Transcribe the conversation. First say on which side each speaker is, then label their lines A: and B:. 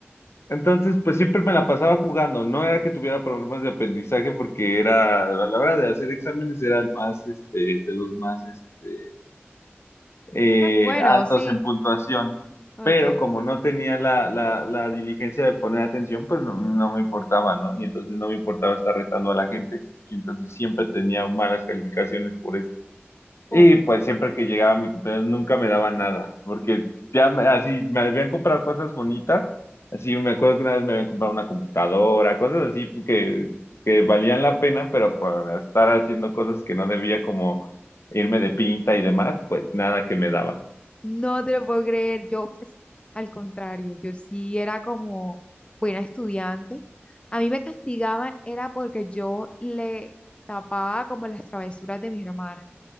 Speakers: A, on the left; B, on the left.
A: entonces, pues siempre me la pasaba jugando. No era que tuviera problemas de aprendizaje porque era, a la hora de hacer exámenes era el más, este, de los más, este, eh,
B: Ah, Bueno,
A: altos
B: sí.
A: en puntuación.
B: Ok.
A: Pero como no tenía la, la, la diligencia de poner atención, pues no, no me importaba, ¿no? Y entonces no me importaba estar retando a la gente. Y entonces siempre tenía malas calificaciones por eso. Y
B: Uf,
A: pues siempre que llegaba mi cumpleaños nunca me daba nada, porque ya me- así me habían comprado cosas bonitas, así me acuerdo que una vez me habían comprado una computadora, cosas así que, que valían la pena, pero por estar haciendo cosas que no debía como irme de pinta y demás, pues nada que me daba.
B: no te lo puedo creer. Yo, pues, al contrario, yo sí era como buena estudiante. A mí me castigaban era porque yo le tapaba como las travesuras de mis hermanas.